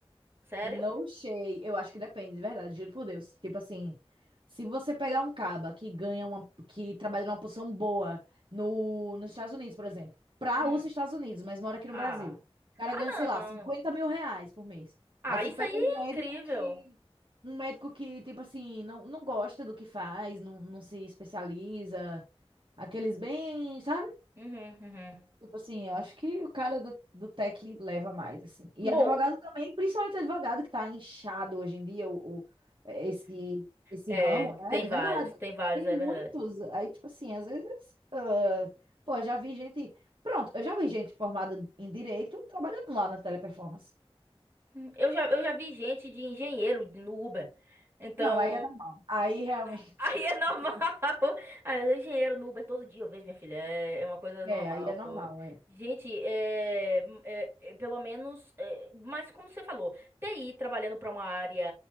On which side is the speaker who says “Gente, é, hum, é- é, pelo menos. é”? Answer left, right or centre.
Right